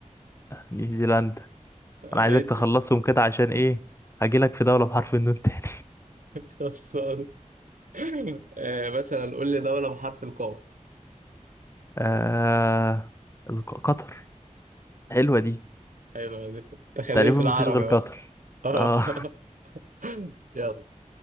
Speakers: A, on the left; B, on the right.
A: نيوزيلندا
B: آه،
A: انا
B: إيه
A: عايزك
B: ادي
A: تخلصهم كده عشان ايه هجيلك في دولة بحرف النون تاني
B: <laughs> خلصان إيه مثلا قول لي دولة بحرف القاف
A: <laughs> آه... الق- قطر حلوة دي
B: حلوة دي تخليل
A: تقريبا
B: في العربي
A: مفيش غير قطر
B: اهو آه.
A: اه
B: <laughs> يلا